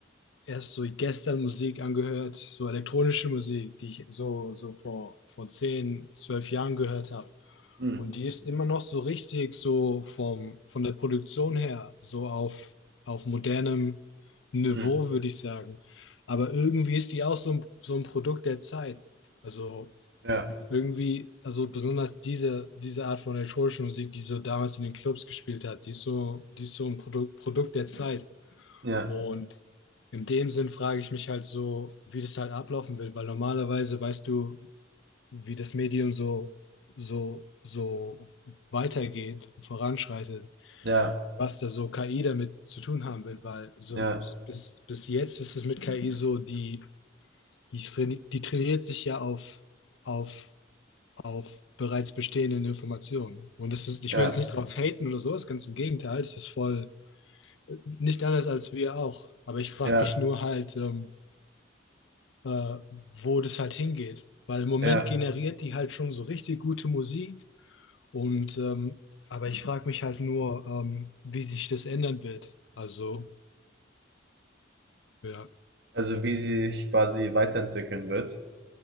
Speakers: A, on the left; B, on the right.
A: erst so gestern Musik angehört, so elektronische Musik, die ich so, so vor, vor 10 12 Jahren gehört habe.
B: Mhm.
A: Und die ist immer noch so richtig so vom, von der Produktion her, so auf, auf modernem Niveau,
B: Mhm.
A: würde ich sagen. Aber irgendwie ist die auch so ein, so ein Produkt der Zeit. Also
B: Ja,
A: irgendwie, also besonders diese, diese Art von elektronischer Musik, die so damals in den Clubs gespielt hat, die ist so, die ist so ein Produkt, Produkt der Zeit.
B: ja,
A: Und in dem Sinn frage ich mich halt so, wie das halt ablaufen will, weil normalerweise weißt du, wie das Medium so, so, so weitergeht und voranschreitet,
B: ja,
A: was da so KI damit zu tun haben will, weil so
B: ja,
A: bis, bis jetzt ist es mit KI so, die, die, traini- die trainiert sich ja auf, auf auf bereits bestehenden Informationen. Und das ist, ich
B: ja,
A: will jetzt nicht drauf haten oder sowas, ganz im Gegenteil, das ist voll äh, nicht anders als wir auch. Aber ich frage
B: ja,
A: mich nur halt, ähm, äh, wo das halt hingeht. Weil im Moment
B: ja.
A: generiert die halt schon so richtig gute Musik. Und ähm, aber ich frage mich halt nur, ähm, wie sich das ändern wird. Also, ja.
B: Also wie sie sich quasi weiterentwickeln wird.